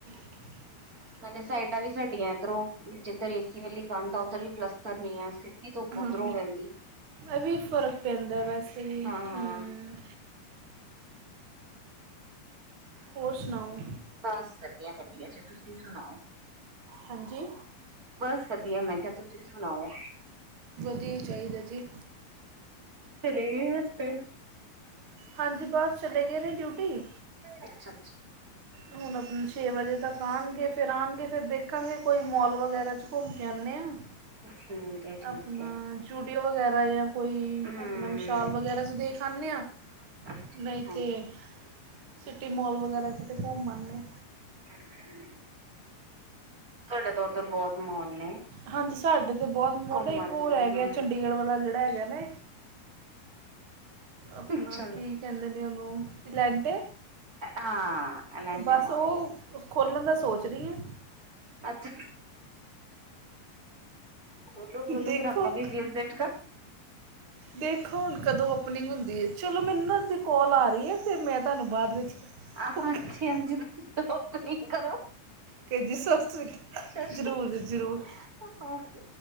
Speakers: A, on the right; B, on the right.
A: <inaudible>
B: ਮੇ ਸਾਈਡਾਂ ਵੀ ਸਾਡੀਆਂ ਇੱਧਰੋਂ ਜਿੱਧਰ ਏਸੀ ਵਾਲੀ ਕੰਧ ਉੱਧਰ ਵੀ ਪਲੱਸਤਰ ਨਹੀਂ ਹੈ ਸੀ। ਇਹ ਤੂੰ
A: ਹਾਂ
B: ਉੱਧਰੋਂ ਵਹਦੀ
A: ਇਹ ਵੀ ਫ਼ਰਕ ਪੈਂਦਾ ਵੈਸੇ ਵੀ
B: ਹਾਂ ਹਾਂ
A: ਹੂੰ।
B: <inaudible>
A: ਹੋਰ ਸੁਣਾਓ।
B: ਬਸ ਵਧੀਆ ਵਧੀਆ ਜ ਤੁਸੀਂ ਸੁਣਾਓ।
A: ਹਾਂਜੀ
B: ਬਸ ਵਧੀਆ ਮੈਂ ਕਿਹਾ ਤੁਸੀਂ ਸੁਣਾਓ।
A: ਦੀ ਚਾਹੀਦਾ ਜੀ।
B: ਚਲੇ ਗਏ ਉਸ ਪੇ
A: ਹਾਂਜੀ ਬਸ ਚਲੇ ਗਏ ਨੇ ਡਿਊਟੀ
B: ਅੱਛਾ, ਅੱਛਾ।
A: ਹੁਣ ਆਪ ਛੇ ਵਜੇ ਤੱਕ ਆਉਣਗੇ ਫਿਰ ਆਉਣਗੇ ਫਿਰ ਦੇਖਾਂਗੇ ਕੋਈ ਮੋਲ ਵਗੈਰਾ 'ਚ ਘੁੰਮ ਕੇ ਆਉਂਦੇ ਹਾਂ
B: ਠੀਕ ਹੈ ਠੀਕ
A: ਆਪਣਾ
B: ਹੈ
A: ਯੂਡੀਓ ਵਗੈਰਾ ਜਾਂ ਕੋਈ
B: ਹਮ
A: ਆਪਣਾ ਵਿਸ਼ਾਲ ਵਗੈਰਾ ਦੇਖ ਆਉਦੇ ਹਾਂ
B: ਅੱਛਾ
A: ਨਹੀਂ ਤਾਂ
B: ਅੱਛਾ
A: ਸਿਟੀ ਮੋਲ ਵਗੈਰਾ ਕਿਤੇ ਘੁੰਮ ਆਉਂਦੇ।
B: ਹਮ ਤੁਹਾਡੇ ਤਾਂ ਉੱਧਰ ਬਹੁਤ ਮਾਹੋਲ ਨੇ।
A: ਹਾਂਜੀ ਸਾਡੇ ਤਾਂ ਬਹੁਤ ਮੋਲ
B: ਘੁੰਮਣ
A: ਇੱਕ ਹੋਰ
B: ਨੂੰ
A: ਹੈਗਾ
B: ਹਮ
A: ਚੰਡੀਗੜ੍ਹ ਵਾਲਾ ਜਿਹੜਾ ਹੈਗਾ ਨਾ ਆਪਣਾ
B: ਅੱਛਾ
A: ਕੀ ਕਹਿੰਦੇ ਨੇ ਉਹਨੂੰ ਇਲੈਂਟੇ-
B: ਹਾਂ ਐਲੈਂਟੇ
A: ਬਸ
B: ਮੋਲ
A: ਉਹ ਖੋਲਣ ਦਾ ਸੋਚ ਰਹੀ ਆ
B: ਅੱਛਾ। ਬੋਲੋ-ਬੋਲੋ
A: ਦੇਖੋ
B: ਆਪਾਂ ਵੀ ਵੀੇਸ ਦੇਟ ਕਰ
A: ਦੇਖੋ ਹੁਣ ਕਦੋਂ ਓਪਨਿੰਗ ਹੁੰਦੀ ਏ। ਚਲੋ ਮੈਨੂੰ ਦੀ ਕੋਲ ਆ ਰਹੀ ਹੈ ਅਤੇ ਮੈਂ ਤੁਹਾਨੂੰ ਬਾਅਦ ਵਿੱਚ
B: ਆ
A: ਓਕੇ
B: ਹਾਂਜੀ- ਹਾਂਜੀ ਤੁਸੀ ਉਪਨਿੰਗ ਕਰੋ
A: ਕੇ ਜੀ ਸਤਤ੍ਰੀ
B: ਸਤਿ ਸ਼੍ਰੀ
A: ਜ਼ਰੂਰ -ਜ਼ਰੂਰ।
B: ਅਕਾਲ ਓਕੇ